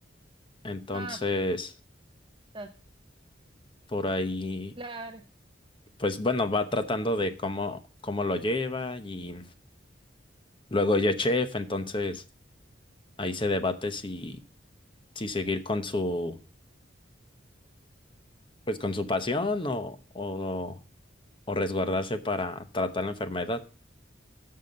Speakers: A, on the left; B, on the right.
A: entonces
B: Ah, ya,
A: por ahí,
B: claro.
A: pues bueno, va tratando de cómo, cómo lo lleva y luego ella es chef, entonces ahí se debate si, si seguir con su, pues con su pasión o, o, o resguardarse para tratar la enfermedad.